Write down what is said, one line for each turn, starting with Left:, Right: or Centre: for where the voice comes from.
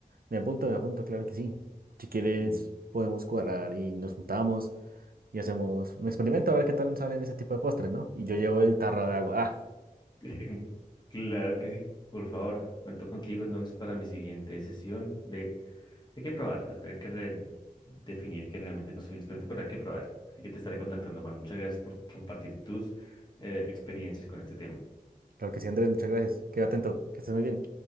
Right: me apunto, me apunto, claro que sí. Si quieres,
Left: Mm.
Right: podemos cuadrar y nos juntamos y hacemos un experimento a ver qué tal salen ese tipo de postres, ¿no? Y yo llevo el tarro de agua. Ah,
Left: <laughs> Claro que sí. Por favor, cuento contigo entonces para mi siguiente sesión de Hay que probar, hay que re- definir que realmente no soy experto, pero hay que probar. Así que te estaré contactando, Juan. Muchas gracias por compartir tus eh, experiencias con este tema.
Right: claro que sí, Andrés, muchas gracias. Queda atento, que estés muy bien.